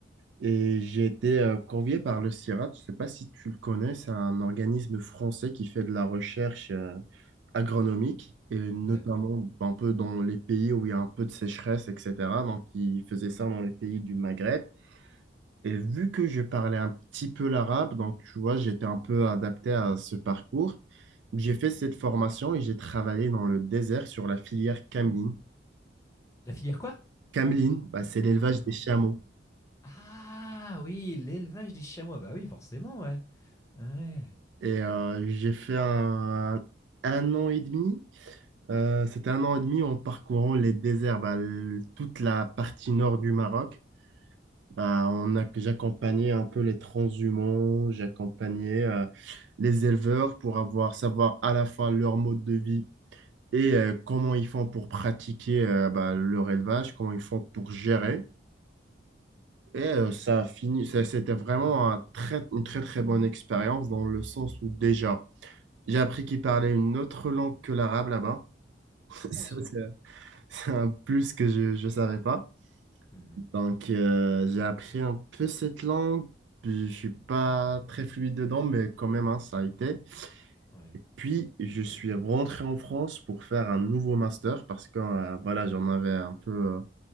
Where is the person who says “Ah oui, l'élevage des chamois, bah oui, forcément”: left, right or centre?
Left